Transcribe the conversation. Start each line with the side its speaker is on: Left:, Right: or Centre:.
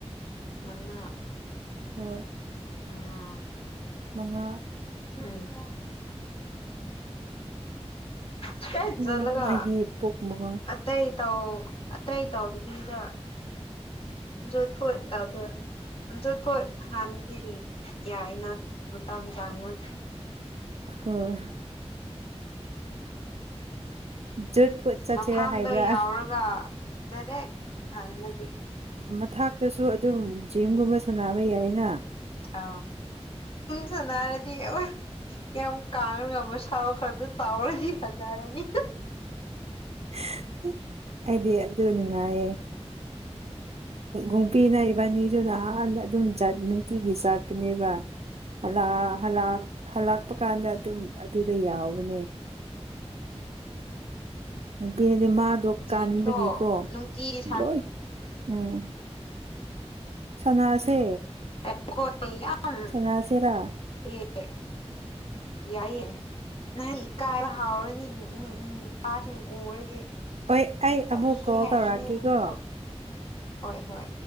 Left: ꯃꯉꯥ
Right: ꯍ
Left: ꯎꯝ
Right: ꯃꯉꯥ
Left: ꯎꯝ ꯁ꯭ꯇ꯭ꯔꯦꯠ ꯆꯠꯂꯒ
Right: ꯑ ꯑꯩꯒꯤ ꯄ ꯀꯨꯝꯕꯟ
Left: ꯑꯇꯩ ꯇꯧ ꯑꯇꯩ ꯇꯧꯗꯕꯤꯗ ꯖꯣꯠ ꯐꯣꯠꯇꯗ ꯑꯝ ꯆꯠꯊꯣꯏ ꯍꯥꯟꯅꯗꯤ ꯌꯥꯏꯅ ꯃꯇꯝ ꯆꯥꯡꯉꯣꯏ
Right: ꯍꯣꯏ ꯖꯨꯠ ꯐꯨꯠ ꯆꯠꯁꯦꯔꯥ
Left: ꯃꯐꯝꯥꯝꯗꯣ
Right: ꯍꯥꯏꯕ꯭ꯔꯥ
Left: ꯌꯥꯎꯔꯒ ꯗꯥꯏꯔꯦꯛ ꯍꯥꯟꯅꯗꯤ
Right: ꯃꯊꯇꯁꯨ ꯑꯗꯨꯝ ꯖꯤꯝꯒꯨꯝꯕ ꯁꯥꯟꯅꯕ ꯌꯥꯏꯅ
Left: ꯑ ꯆꯅꯔꯗꯤ ꯌꯥꯝ ꯀꯅ ꯉꯝꯃ ꯁꯥꯕ ꯈꯛꯇ ꯆꯥꯎꯔꯗꯤ ꯕꯖꯥꯔꯅꯤ
Right: ꯎ ꯗꯤ ꯑꯗꯨ ꯑꯗꯨ ꯅꯨ ꯉꯌꯦꯦ ꯨꯝꯕꯤꯅ ꯏꯕꯥꯅꯤꯁꯨ ꯅꯍꯥꯟ ꯑꯗꯨꯝ ꯅꯨꯡꯇꯤꯒꯤ ꯆꯥꯠꯄꯅꯦꯕ ꯍꯜꯂ ꯍꯂꯛ ꯍꯂꯛꯄ ꯀꯥꯟꯗ ꯑꯗꯨꯝ ꯑꯗꯨꯗ ꯌꯥꯎꯕꯅꯦ ꯅꯨꯄꯤꯅꯗꯤ ꯃꯥꯗꯣ
Left: ꯖꯤꯝꯗꯣ
Right: ꯀꯕꯒꯤꯀꯣ
Left: ꯅꯨꯡꯇꯤꯒꯤ
Right: ꯂꯣꯏ ꯎꯝ ꯁꯅꯥꯁꯦ
Left: ꯗꯈꯣꯏ ꯌꯥꯝ
Right: ꯁꯅꯥꯁꯦꯔꯥ
Left: ꯀꯦ ꯌꯥꯌꯦꯦ ꯅꯍ ꯏꯀꯥꯏꯕ ꯍꯥꯎꯔꯅꯤ ꯅꯨꯄꯥꯁꯤꯡ ꯎꯔꯗꯤ
Right: ꯍꯣꯏ ꯑꯩ
Left: ꯇꯜꯂꯦ
Right: ꯑꯃꯨꯛ ꯀꯣꯜ
Left: ꯍꯥꯏꯔꯅꯤ
Right: ꯇꯧꯔꯛꯑꯒꯦꯀꯣ
Left: ꯅꯪꯗꯣ ꯍꯣꯏ ꯍꯣꯏ